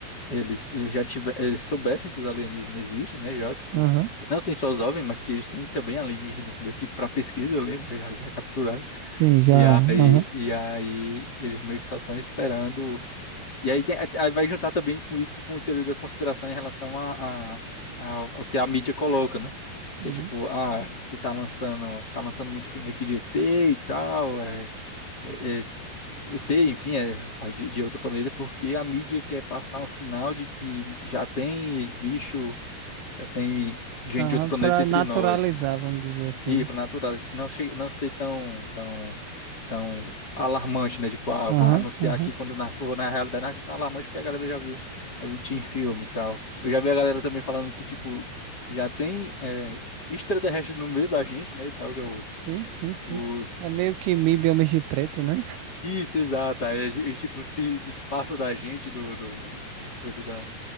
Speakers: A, on the left (about 25°); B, on the right (about 85°).
A: eles, eles já tiver, eles soubessem que os alienígenas existem, né? Já, tipo,
B: aham,
A: não tem só os OVNIs, mas que eles têm também alienígenas, meio que para pesquisa ali, né? Já, já capturaram.
B: sim, já.
A: E aí,
B: Aham.
A: e aí eles meio que só estão esperando. E aí, tem, aí vai juntar também com isso, com o teoria da conspiração em relação a, a, a- ao que a mídia coloca, né? Que
B: Uhum.
A: é tipo, ah, se tá lançando, tá lançando muito filme aqui de ET e tal, é. é, é, e ter, enfim, é, de, de outro planeta, porque a mídia quer passar um sinal de que já tem bicho, já tem gente
B: Aham,
A: de outro planeta
B: para
A: entre
B: naturalizar,
A: nós.
B: vamos dizer assim,
A: E
B: né?
A: para natural, não, che- não ser tão, tão, tão alarmante, né? Tipo, ah,
B: Aham,
A: vai anunciar
B: aham.
A: aqui quando na, for na realidade, não, isso é tão alarmante porque a galera já viu, já viu tinha em filme e tal. Eu já vi a galera também falando que, tipo, já tem é, extraterrestre no meio da gente, né? E tal, que é os.
B: Sim, sim, sim.
A: Os
B: É meio que MIB homens de preto, né?
A: isso, exato. Aí a gen- eles, tipo, se disfarça da gente, do, do, do coisa da